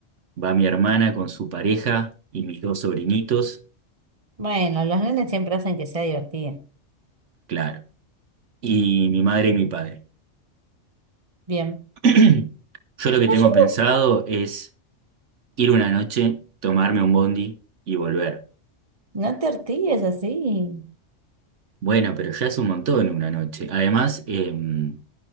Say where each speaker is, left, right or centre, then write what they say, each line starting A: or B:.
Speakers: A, on the right (about 75°); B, on the right (about 30°).
A: va mi hermana con su pareja y mis dos sobrinitos,
B: Bueno, los nenes siempre hacen que sea divertida.
A: claro, y mi madre y mi padre.
B: Bien.
A: <clears throat> Yo lo que
B: No,
A: tengo
B: yo creo-
A: pensado es ir una noche, tomarme un bondi y volver.
B: no te ortigues así.
A: Bueno, pero ya es un montón una noche. Además, em,